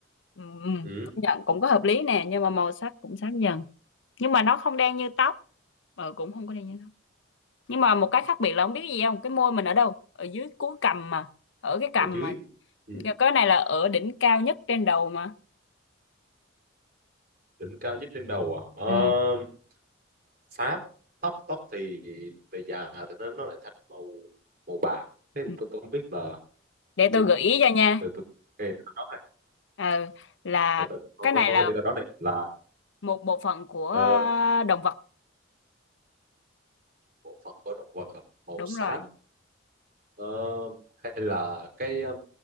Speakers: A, on the left; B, on the right.
A: Ừ, ừ,
B: ừ,
A: công nhận cũng có hợp lý nè, nhưng mà màu sắc cũng xám dần. Nhưng mà nó không đen như tóc, ờ cũng không có đen như tóc. nhưng mà một cái khác biệt là không biết gì không cái môi mình ở đâu ở dưới cuối cằm mà ở cái cằm
B: ở dưới.
A: mà
B: Ừ,
A: cái này là ở đỉnh cao nhất trên đầu mà
B: đỉnh cao nhất trên đầu à? Ờm,
A: ừ.
B: xám. Tóc tóc thì về già thì nó nó lại thành màu màu bạc. Thế thì
A: ừ.
B: tôi tôi không biết là
A: để
B: nên
A: tôi gợi ý cho nha
B: từ từ cái đó này.
A: Ờ, là
B: Từ, từ, con
A: cái
B: con
A: này
B: con
A: là
B: cái đi đó này là
A: một bộ phận của
B: ờ,
A: ờ, động vật
B: bộ phận của động vật à? màu
A: đúng
B: xám
A: rồi
B: Ờ, hay là cái ờ,